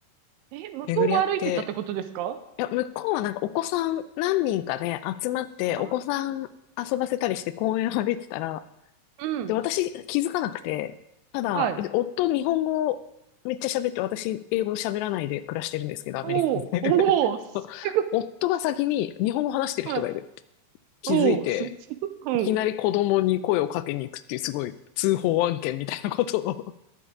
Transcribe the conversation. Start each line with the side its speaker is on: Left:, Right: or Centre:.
Right: え、向こうも歩いてたってことですか
Left: 巡り合って。いや、向こうはなんかお子さん何人かで集まって、
Right: あ、
Left: お子さん遊ばせたりして公園を歩いてたら、
Right: うん。
Left: で、私気づかなくて、ただ、
Right: はい。
Left: 夫日本語めっちゃ喋って、私英語喋らないで暮らしてるんですけど、アメリカで。
Right: おお、おお、すごい。
Left: <laughs> 夫が先に日本語話してる人がいるって
Right: はい。
Left: 気づいて、
Right: おお、す、<laughs> うん。
Left: いきなり子供に声をかけに行くっていうすごい通報案件みたいなことを